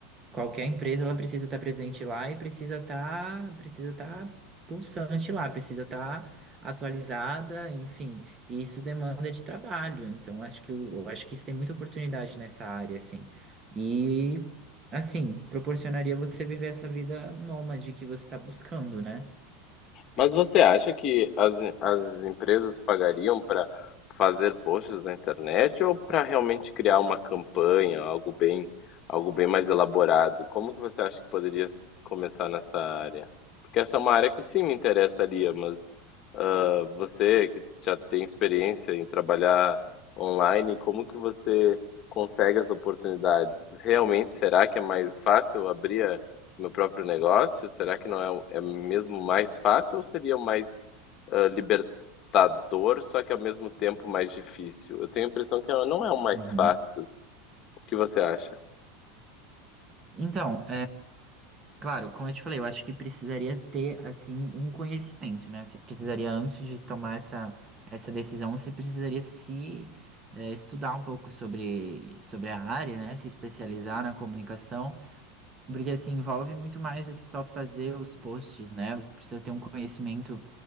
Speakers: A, on the right; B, on the left.
A: Qualquer empresa ela precisa estar presente lá e precisa estar precisa estar pulsante lá, precisa estar atualizada, enfim. E isso demanda de trabalho. Então acho que o- eu acho que isso tem muita oportunidade nessa área assim. E assim, proporcionaria você viver essa vida nômade que você está buscando, né?
B: Mas você acha que as, as empresas pagariam para fazer posts na internet ou para realmente criar uma campanha, algo bem, algo bem mais elaborado? Como que você acha que poderia s- começar nessa área? Porque essa é uma área que sim me interessaria, mas ah, você que já tem experiência em trabalhar online, como que você consegue as oportunidades? Realmente, será que é mais fácil abrir a- meu próprio negócio? Será que não é, o- é mesmo mais fácil ou seria o mais ah, libertador, só que ao mesmo tempo mais difícil? Eu tenho a impressão que é, não é o mais
A: Uhum.
B: fácil. O que você acha?
A: Então, Claro, como eu te falei, eu acho que precisaria ter, assim, um conhecimento, né? Você precisaria, antes de tomar essa, essa decisão, você precisaria se eh, estudar um pouco sobre, sobre a área, né? Se especializar na comunicação. Porque assim, envolve muito mais do que só fazer os posts, né? Você precisa ter um conhecimento